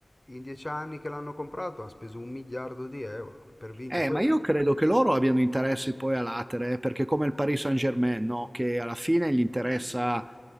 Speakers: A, on the left; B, on the right.
A: in dieci anni che l'hanno comprato ha speso un miliardo di euro per vincere.
B: Eh,
A: Poi
B: ma io credo che loro abbiano interessi poi a latere, eh, perché come il Paris Saint-Germain, no? Che alla fine gli interessa